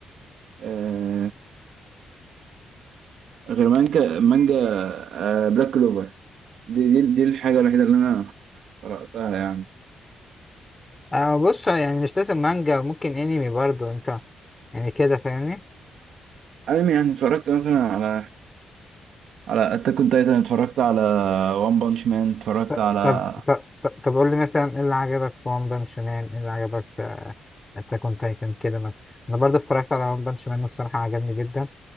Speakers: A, on the right (about 75°); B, on the left (about 15°).
A: آه غير مانجا مانجا آه بلاك كلوفر دي دي دي الحاجة الوحيدة اللي انا قرأتها يعني
B: آه بص يعني مش لازم مانجا ممكن انمي برضو انت يعني كده فاهمني
A: انمي يعني اتفرجت مثلا على على اتاك اون تايتن اتفرجت على وان بانش مان اتفرجت على
B: طب طب طب طب قول لي مثلا ايه اللي عجبك في ون بانش مان ايه اللي عجبك انت كنت كان كده مثلا انا برضه اتفرجت على ون بانش مان والصراحه عجبني جدا